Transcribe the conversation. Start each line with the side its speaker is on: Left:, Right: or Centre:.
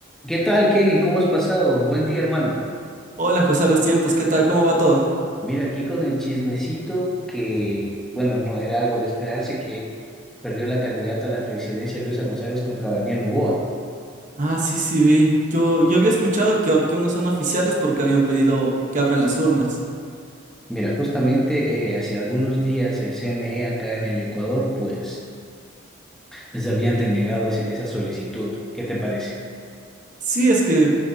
Centre: ¿Qué tal, Kevin? ¿Cómo has pasado? Buen día, hermano.
Right: Hola José a los tiempos, ¿qué tal? ¿Cómo va todo?
Centre: Mira, aquí con el chismecito que, bueno, no era algo de esperarse que perdió la candidata a la presidencia Luisa González contra Daniel Noboa.
Right: Ah, sí, sí, vi. Yo, yo había escuchado que, que unos son oficiales porque habían pedido que abran las urnas.
Centre: Mira, justamente eh, hace algunos días el CNE acá en el Ecuador, pues, les habían denegado ese- esa solicitud. ¿Qué te parece?
Right: Sí, es que,